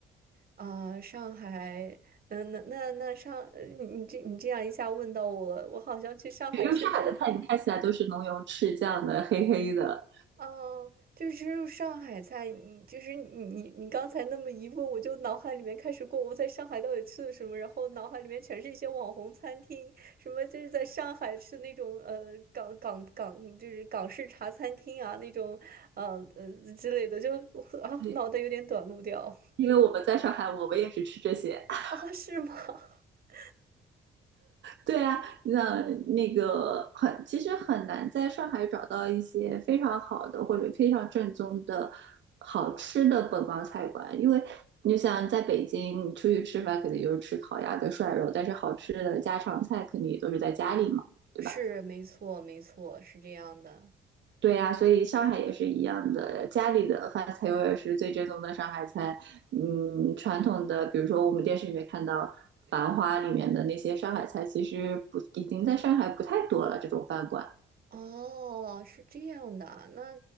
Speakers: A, on the right; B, on the right.
A: 啊、上海，那那那那上，呃你你这你这样一下问到我了，我好像去上海吃的。
B: 因为上海的菜你看起来都是浓油赤酱的，黑黑的。
A: 哦，就是吃入上海菜，你就是你你你刚才那么一问，我就脑海里面开始过我在上海到底吃了什么，然后脑海里面全是一些网红餐厅，什么就是在上海吃那种呃港港港就是港式茶餐厅啊那种呃呃之类的，就 <laughs> 啊脑袋有点短路掉
B: 对，因为我们在上海，我们也是吃这些。
A: <laughs>
B: <laughs>
A: 啊，是吗？<laughs>
B: 对啊，那那个很，其实很难在上海找到一些非常好的或者非常正宗的好吃的本帮菜馆，因为你想在北京，你出去吃饭肯定就是吃烤鸭跟涮肉，但是好吃的家常菜肯定也都是在家里嘛，对吧？
A: 是，没错，没错，是这样的。
B: 对呀，所以上海也是一样的，家里的饭菜永远是最正宗的上海菜。嗯，传统的，比如说我们电视里面看到《繁花》里面的那些上海菜，其实不，已经在上海不太多了，这种饭馆。
A: 哦，是这样的啊，那